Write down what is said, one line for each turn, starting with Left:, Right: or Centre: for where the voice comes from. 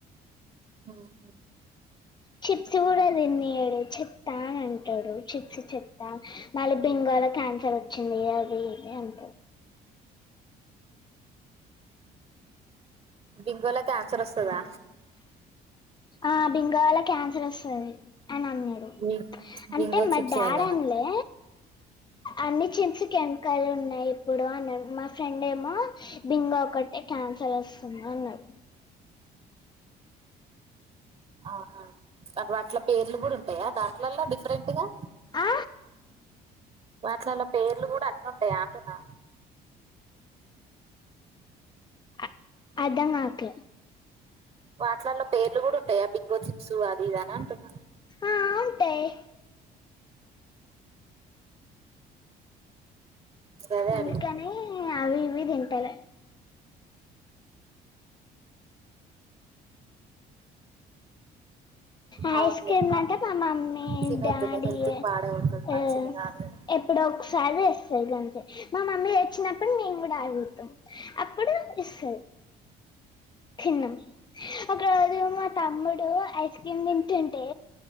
Right: మ్మ్
Left: చిప్స్ కూడా తిన్నియడు చెత్త అని అంటాడు చిప్స్ చెత్త మళ్ళీ బెంగాల్లో క్యాన్సర్ వచ్చింది అది ఇది అంటడు
Right: బింగోలా క్యాన్సర్ వస్తదా
Left: ఆ బింగోవల్ల క్యాన్సర్ వస్తది అని అన్నాడు
Right: బి
Left: అంటే
Right: బింగో
Left: మా
Right: చిప్స్
Left: డాడ్
Right: వల్లనా
Left: అన్లే అన్ని చిప్స్ కెమికల్ ఉన్నాయి ఇప్పుడు అన్నా మా ఫ్రెండ్ ఏమో బింగో ఒకటె క్యాన్సర్ వస్తుంది అన్నాడు
Right: ఆహా ఆ వాటిల పేర్లు కూడా ఉంటాయా దాంట్లలో డిఫరెంట్ గా
Left: ఆ
Right: వాట్లలలో పేర్లు కూడా అన్ని ఉంటాయా అంటున్నా
Left: అ అర్థం కావట్ల
Right: వాటిలలో పేర్లు కూడా ఉంటాయా బింగో చిప్స్ అది ఇదని అంటున్న
Left: ఆ ఉంటాయి
Right: గదే
Left: అందుకనే
Right: అడిగిన
Left: అవి ఇవి తింటలే ఐస్
Right: అవునులే
Left: క్రీమ్ లంటే మా మమ్మీ
Right: తినొద్దులే
Left: డాడీ
Right: హెల్త్
Left: యే
Right: పాడవుతుంది మంచిది
Left: ఏ
Right: కాదు కదా
Left: ఎప్పుడో ఒక్కసారి తెస్తాది గంతే మా మమ్మీ తెచ్చినప్పుడు మేము కూడా అడుగుతాం అప్పుడు ఇస్సది తిన్నం ఒక రోజు మా తమ్ముడు ఐస్ క్రీమ్ తింటుంటే